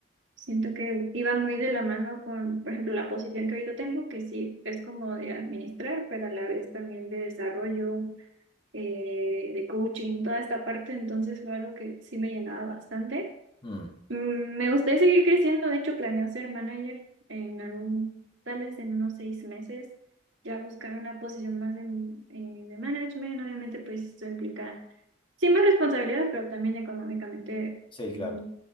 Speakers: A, on the right (about 70°); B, on the left (about 25°).
A: siento que iba muy de la mano con, por ejemplo, la posición que ahorita tengo, que sí es como de administrar, pero a la vez también de desarrollo, eh, de coaching, toda esta parte, entonces fue algo que sí me llenaba bastante.
B: Mm,
A: Mm, Me gustaría seguir creciendo, de hecho planeo ser manager en algún, tal vez en unos seis meses, ya buscar una posición más de, eh, de management, obviamente pues esto implica sí más responsabilidades, pero también económicamente
B: sí, claro.
A: mm,